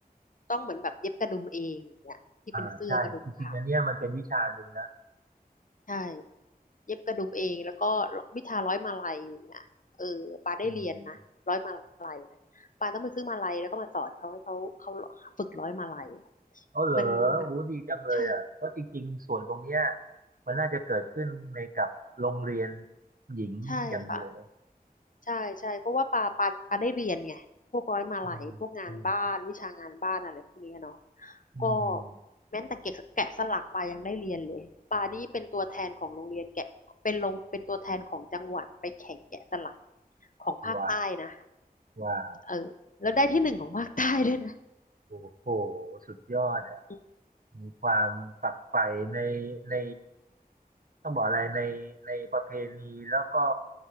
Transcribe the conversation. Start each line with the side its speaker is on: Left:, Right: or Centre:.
Left: ต้องเหมือนแบบเย็บกระดุมเองอย่างเงี้ยที่เป็นเสื้อกระดุมขาว
Right: อ่าใช่จริงๆอันเนี้ยมันเป็นวิชาหนึ่งนะ
Left: ใช่เย็บกระดุมเองแล้วก็วิชาร้อยมาลัยเนี่ยเออปาได้เรียนนะร้อยมาลัยนะปาต้องไปซื้อมาลัยแล้วก็มาสอนเขาให้เขาเขาฝึกร้อยมาลัยอะ
Right: อืมอ๋อเหรอโอ้ดีจังเลยอ่ะเพราะจริงๆส่วนตรงเนี้ย
Left: มันมันใช่
Right: มันน่าจะเกิดขึ้นในกับโรงเรียนหญิงอย่างเดียวเลย
Left: ใช่ค่ะใช่ใช่เพราะว่าปาปาปาได้เรียนไงพวกร้อยมาลัยพวกงานบ้านวิชางานบ้านอะไรพวกเนี้ยเนาะ
Right: อืมอืมอืม
Left: ก็แม้แต่แกะแกะสลักปายังได้เรียนเลยปานี่เป็นตัวแทนของโรงเรียนแกะเป็นลงเป็นตัวแทนของจังหวัดไปแข่งแกะสลักของภาคใต้นะ
Right: ว้าวว้าว
Left: เออแล้วได้ที่หนึ่งของภาคใต้ด้วยนะ
Right: โอ้โหสุดยอดอ่ะ
Left: อื
Right: มีความฝักใฝ่ในในต้องบอกอะไรในในประเพณีแล้วก็